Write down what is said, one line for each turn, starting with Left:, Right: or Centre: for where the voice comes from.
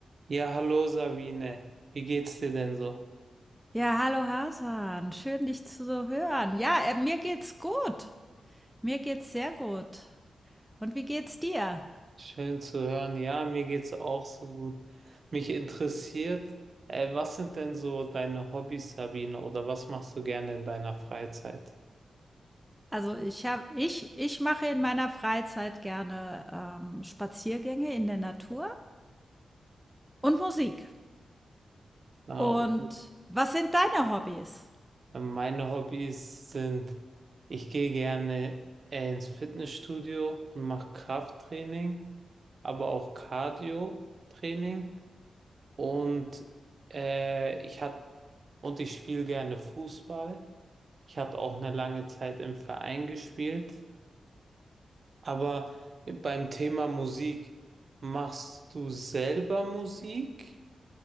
Right: Ja, hallo Sabine. Wie geht's dir denn so?
Centre: Ja, hallo Hasan, schön dich zu so hören. Ja, äh, mir geht's gut. Mir geht's sehr gut. Und wie geht's dir?
Right: Schön zu hören. Ja, mir geht's auch so gut. Mich interessiert, äh, was sind denn so deine Hobbys, Sabine, oder was machst du gerne in deiner Freizeit?
Centre: Also ich habe, ich, ich mache in meiner Freizeit gerne ähm, Spaziergänge in der Natur und Musik.
Right: Na,
Centre: Und
Right: und,
Centre: was sind deine Hobbys?
Right: äh, meine Hobbys sind, ich gehe gerne äh, ins Fitnessstudio und mache Krafttraining, aber auch Cardio-Training und äh, ich hab, und ich spiele gerne Fußball. Ich hatte auch eine lange Zeit im Verein gespielt, aber beim Thema Musik, machst du selber Musik?